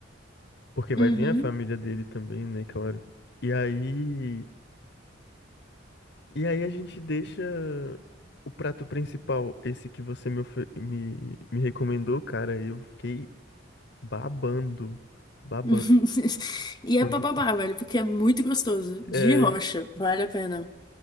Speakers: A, on the left (about 65°); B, on the left (about 20°).
A: porque vai
B: Uhum.
A: vir a família dele também, né? Claro. E aí. E aí a gente deixa o prato principal, esse que você me, ofe- me, me recomendou, cara. Eu fiquei babando, babando.
B: <laughs> E
A: Quando,
B: é papabá, velho, porque é muito gostoso. De
A: é,
B: rocha, vale a pena.